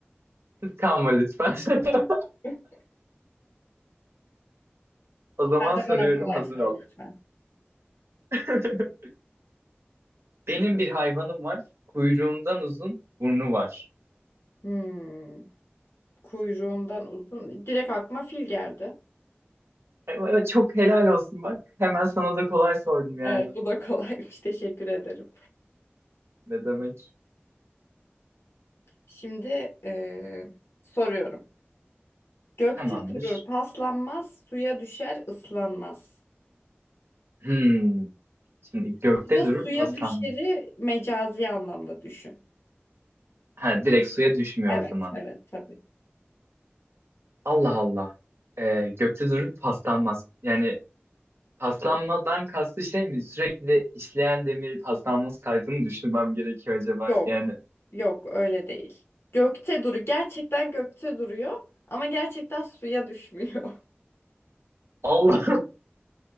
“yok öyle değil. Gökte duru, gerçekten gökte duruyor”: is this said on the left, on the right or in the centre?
Left